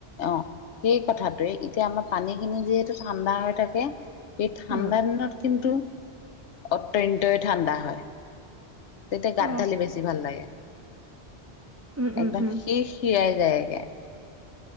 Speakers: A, on the left (about 85°); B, on the right (about 20°).
A: অ' সেই কথাটোয়ে, এতিয়া আমাৰ পানী খিনি যিহেতু ঠাণ্ডা হৈ থাকে। সেই ঠাণ্ডা
B: অ',
A: দিনত কিন্তু অত্যন্তই ঠাণ্ডা হয়। তেতিয়া
B: অ',
A: গাত ঢালি বেছি ভাল লাগে,
B: উম, উম,
A: একদম
B: উম,
A: সিৰ-সিৰাই। যায়গে।